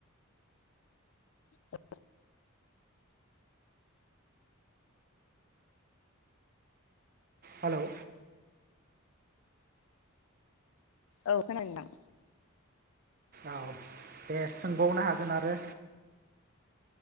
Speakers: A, on the left; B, on the right.
A: औ
B: हेलौ।
A: औ खोनादो नोंदां।
B: औ दे सोंबावनो हागोन आरो